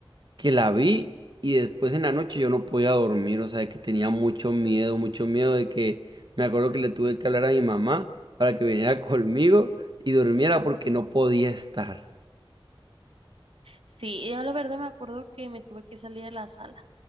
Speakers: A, on the right; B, on the right.
A: que la vi y después en la noche yo no podía dormir, o sea, de que tenía mucho miedo, mucho miedo de que, me acuerdo que le tuve que hablar a mi mamá para que viniera <laughs> conmigo y durmiera porque no podía estar.
B: Sí, yo la verdad me acuerdo que me tuve que salir de la sala.